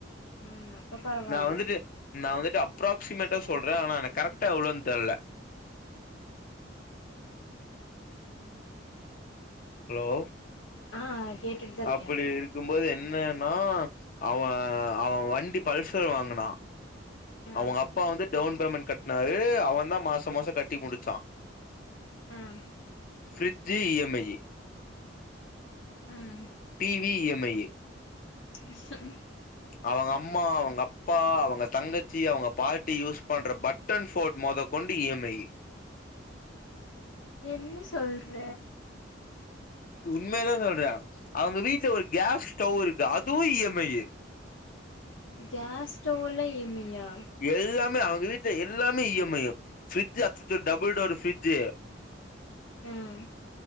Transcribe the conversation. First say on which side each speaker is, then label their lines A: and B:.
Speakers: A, on the left (about 85°); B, on the left (about 45°).
A: ம் அப்ப பரவால்ல
B: நா வந்துட்டு நா வந்துட்டு அப்ராசிமேட்டா சொல்றேன் ஆனா கரெக்டா எவ்ளோ தெர்ல ஹலோ
A: ஆ கேட்டுட்டு தா இருக்கே
B: அப்டி இருக்கும்போது என்னன்னா அவன் அவன் வண்டி பல்சர் வாங்குனா
A: ஆ
B: அவுங்க அப்பா வந்து டவுன் பேமெண்ட் கட்னாரு அவன் தான் மாசம் மாசம் கட்டி முடிச்சான்
A: உம்
B: ஃபிரிட்ஜு இ எம் ஐ
A: ம்
B: டிவி இ எம் ஐ
A: <inaudible>
B: அவுங்க அம்மா அவுங்க அப்பா அவுங்க தங்கச்சி அவுங்க பாட்டி யூஸ் பண்ற பட் டன் ஃபோன் மொதக்கொண்டு இ எம் ஐ
A: என்ன சொல்ற
B: உண்மையதான் சொல்றேன் அவுங்க வீட்ல ஒரு கேஸ் ஸ்டவ் இருக் கு அதுவும் இ எம் ஐ
A: கேஸ் ஸ்டவ்லாம் இ எம் ஐ யா
B: எல்லாமே அவுங்க வீட்டு எல்லாமே இ எம் ஐ ஃபிரிட்ஜ் அத்தது டபுள் டோர் ஃபிரிட்ஜ்
A: உம்